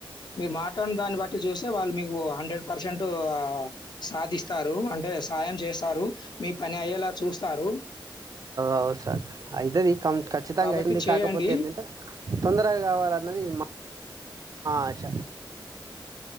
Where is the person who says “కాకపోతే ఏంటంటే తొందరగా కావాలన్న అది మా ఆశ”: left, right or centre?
Right